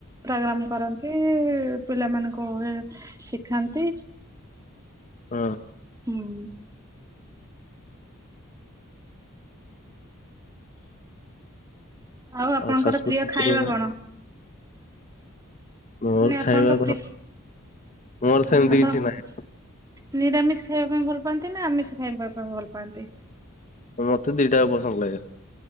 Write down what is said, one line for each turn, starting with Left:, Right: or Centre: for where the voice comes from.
Right: ପ୍ରୋଗ୍ରାମ କରନ୍ତି ପିଲାମାନଙ୍କୁ ଏ ଶିଖାନ୍ତି।
Left: ହଁ
Right: ହୁଁ ହୁଁ। ଆଉ ଆପଣଙ୍କର
Left: ଶାଶୁ
Right: ପ୍ରିୟ ଖାଇବା
Left: ଶଶୁର
Right: କଣ?
Left: ମୋର
Right: ମାନେ ଆପଣଙ୍କ
Left: ଖାଇବା କଣ
Right: ପ୍ରି
Left: ମୋର ସେମିତି
Right: ଆପଣ
Left: କିଛି
Right: ନିରାମିଷ
Left: ନାହିଁ।
Right: ଖାଇବା ପାଇଁ ଭଲ ଲ ପାଆନ୍ତି ନା ଆମିଷ ଖାଇବା ପାଇଁ ଭଲ ପାଆନ୍ତି?
Left: ହୁଁ ମତେ ଦିଟାଯାକ ପସନ୍ଦ ଲାଗେ।